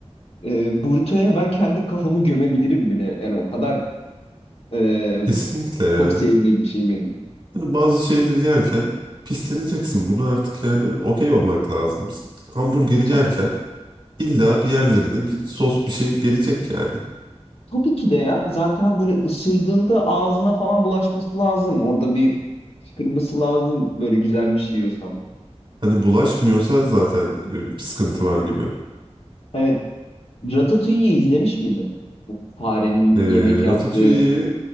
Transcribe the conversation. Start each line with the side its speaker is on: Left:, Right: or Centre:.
Left: e, burrito'ya ben kendi kafamı gömebilirim bile. Yani o kadar e,
Right: Kesinlikle ya.
Left: çok sevdiğim bir şey benim.
Right: Hani bazı şeyleri yerken pisleneceksin. Bunu artık yani okey olmak lazım. Hamburgeri
Left: To-
Right: yerken illa bir yerlerinde bir sos bir şey gelecek yani.
Left: tabii ki de ya zaten böyle ısırdığında ağzına falan bulaşması lazım. Orada bir fışkırması lazım böyle güzel bir şey yiyorsan.
Right: Hani bulaşmıyorsa zaten e, bir sıkıntı var gibi.
Left: Evet. Ratatouille'yi izlemiş miydin? Bu farenin
Right: E,
Left: yemek yaptığı.
Right: Ratatouille'yi